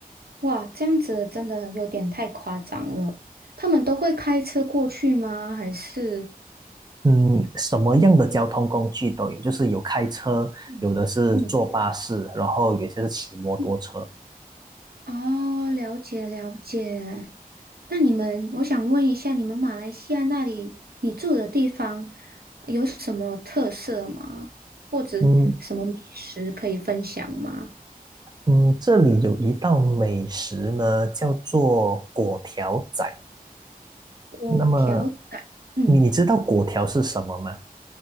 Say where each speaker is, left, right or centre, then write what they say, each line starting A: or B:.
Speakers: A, on the right; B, on the right.
A: 哇，这样子真的有点太夸张了。他们都会开车过去吗？还是？
B: 嗯，什么样的交通工具都有，就是有开车，
A: 嗯嗯，
B: 有的是坐巴士，然后有些是骑摩托车。
A: 嗯哦，了解了解。那你们，我想问一下，你们马来西亚那里，你住的地方有什么特色吗？或者什么美食可以分享吗？
B: 嗯，嗯，这里有一道美食呢，叫做粿条仔。
A: 我调，
B: 那么，
A: 嗯。
B: 你你知道粿条是什么吗？